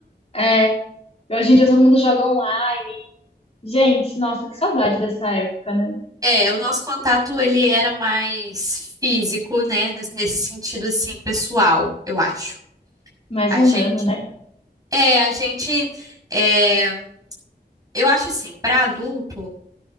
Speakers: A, on the left; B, on the right.
A: É, e hoje em dia todo mundo joga online. Gente, nossa, que saudade dessa época, né?
B: É, o nosso contato ele era mais físico, né? Nes- Nesse sentido assim, pessoal, eu acho.
A: Mais
B: A
A: humano,
B: gente,
A: né?
B: é, a gente, é, eu acho assim, para adulto